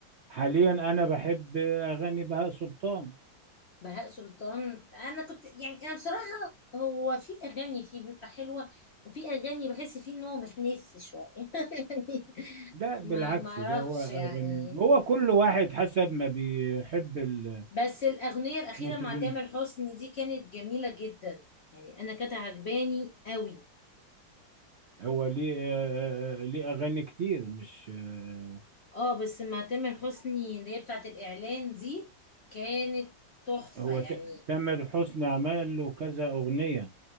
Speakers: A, on the right; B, on the left.
A: حاليا انا بحب اغاني بهاء سلطان
B: بهاء سلطان انا كنت يعني انا بصراحه هو في اغاني فيه بيبقى حلوه وفي اغاني بحس فيه ان هو متنف شويه <laughs> يعني
A: ده بالعكس
B: ما ما اعرفش
A: ده هو أغاني
B: يعني
A: هو كل واحد حسب ما بيحب ال-
B: بس الاغنيه الاخيره
A: المطربين
B: مع تامر حسني دي كانت جميله جدا يعني انا كانت عجباني قوي
A: هو ليه آه، آه، آه، ليه أغاني كتير مش آه،
B: اه بس مع تامر حسني اللي هي بتاعت الاعلان دي كانت تحفه
A: هو
B: يعني
A: ت- تامر حسني عمل له كذا أغنية